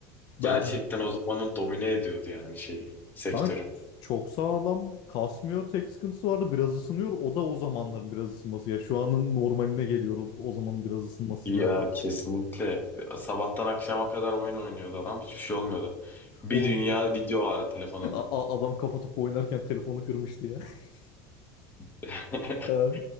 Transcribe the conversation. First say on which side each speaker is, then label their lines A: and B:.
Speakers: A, on the left; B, on the left.
A: Gerçekten
B: Ben
A: o zamanın domine ediyordu yani şeyi, sektörü.
B: kanka çok sağlam. Kasmıyor tek sıkıntısı vardı. Biraz ısınıyor. O da o zamanların biraz ısınması. Ya şu anın normaline geliyor o, o zamanın biraz ısınması
A: Ya
B: zaten.
A: kesinlikle. Sabahtan akşama kadar oyun oynuyordu adam. Hiçbir şey olmuyordu. Bir
B: O
A: dünya video vardı telefonunda.
B: a- a- adam kafa topu oynarken telefonu kırmıştı ya. <laughs>
A: <laughs>
B: Ha,